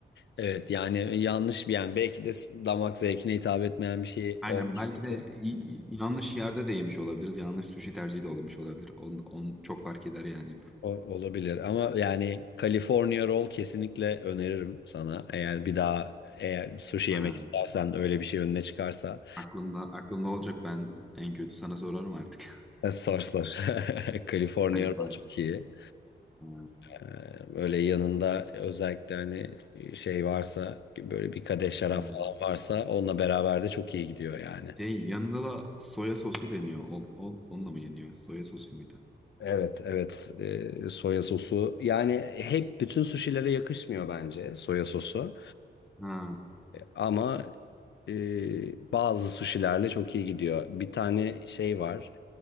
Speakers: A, on the left; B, in the centre.
A: Evet yani yanlış bir yani belki de damak zevkine hitap etmeyen bir şey
B: Aynen
A: olmuş
B: belki
A: olabilir.
B: de i- i- yanlış yerde de yemiş olabiliriz. Yanlış sushi tercihi de olmuş olabilir. On, on çok fark eder yani.
A: O- Olabilir ama yani California Roll kesinlikle öneririm sana. Eğer bir daha eğer sushi
B: Ha,
A: yemek istersen öyle bir şey önüne çıkarsa
B: aklımda aklımda olacak ben en kötü sana sorarım artık.
A: <laughs> sor
B: <laughs>
A: sor. <laughs> California
B: Halifal.
A: Roll çok iyi.
B: Ha,
A: Ee, Böyle yanında özellikle hani şey varsa böyle bir kadeh şarap
B: e,
A: falan varsa onunla beraber de çok iyi gidiyor yani.
B: Şey yanında da soya sosu deniyor. O, o, onunla mı yeniyor? Soya sosu muydu?
A: Evet, evet. Ee, soya sosu yani hep bütün suşilere yakışmıyor bence soya sosu.
B: Ha,
A: Ama e, bazı suşilerle çok iyi gidiyor. Bir tane şey var.